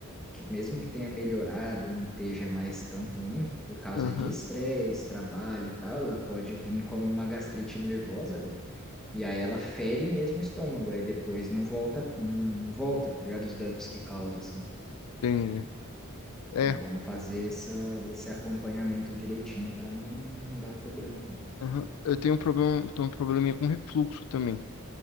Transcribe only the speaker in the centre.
que mesmo que tenha melhorado, não esteja mais tão ruim, por causa
de estresse, trabalho e tal, ela pode vir como uma gastrite nervosa, velho. E aí ela fere mesmo o estômago, aí depois não volta, não, não volta, tá ligado? Os danos que causa, assim.
É bom fazer essa, esse acompanhamento direitinho para não, não dar problema, mano.